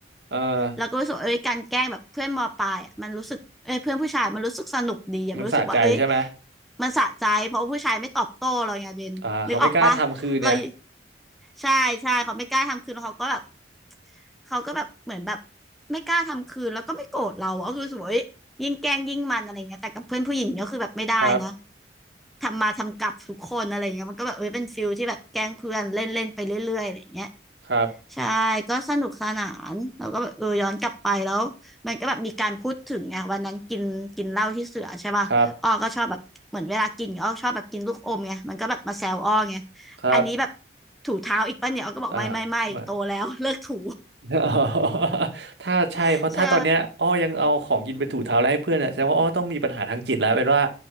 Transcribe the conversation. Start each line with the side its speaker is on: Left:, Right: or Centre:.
Right: เออ
Centre: เราก็รู้สึกว่าเอ้ยการแกล้งแบบเพื่อนมปลายอ่ะมันรู้สึกเอ้ยเพื่อนผู้ชายมันรู้สึกสนุกดีอะมันรู้สึกว่าเอ้ย
Right: มันสะใจใช่ไหม
Centre: มันสะใจเพราะว่าผู้ชายไม่ตอบโต้เราไงเบนนึกออกปะเรา
Right: อ่าเขาไม่กล้าทำคืนเนี่ย
Centre: ใช่ใช่เขาไม่กล้าทำคืนแล้วเขาก็แบบเขาก็แบบเหมือนแบบไม่กล้าทำคืนแล้วก็ไม่โกรธเราอะก็คือรู้สึกว่าเอ้ยยิ่งแกล้งยิ่งมันอะไรเงี้ยแต่กับเพื่อนผู้หญิงก็คือแบบไม่ได้นะ
Right: ครับ
Centre: ทำมาทำกลับทุกคนอะไรเงี้ยมันก็แบบเอ้ยเป็นฟิลที่แบบแกล้งเพื่อนเล่นเล่นไปเรื่อยๆอะไรเงี้ย
Right: ครับ
Centre: ใช่ก็สนุกสนานเราก็แบบเออย้อนกลับไปแล้วมันก็แบบมีการพูดถึงไงวันนั้นกินกินเหล้าที่เสือใช่ป่ะอ้อก็ชอบแบบเหมือนเวลากินอ้อชอบแบบกินลูกอมไงมันก็แบบมาแซวอ้อไง
Right: ครับครับ
Centre: อันนี้แบบถูเท้าอีกป่ะเนี่ยอ้อก็บอกไม่ไม่ไม่โตแล้ว
Right: อ่า
Centre: <laughs> เลิกถู
Right: <laughs> อ๋อถ้าใช่เพราะถ้าตอนเนี้ยอ้อยังเอาของกินไปถูเท้าแล้วให้เพื่อนอ่ะแสดงว่าอ้อต้องมีปัญหาทางจิตแล้วเป็นว่า
Centre: <laughs> ใช่